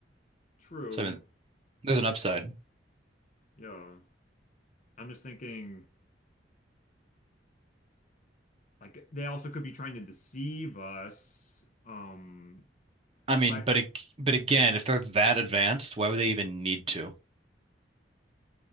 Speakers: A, on the left (about 45°); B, on the right (about 35°).
A: True.
B: So I mean, there's an upside.
A: Yeah. I'm just thinking like they also could be trying to deceive us. Um,
B: I mean,
A: but
B: but ag- but again, if they're that advanced, why would they even need to?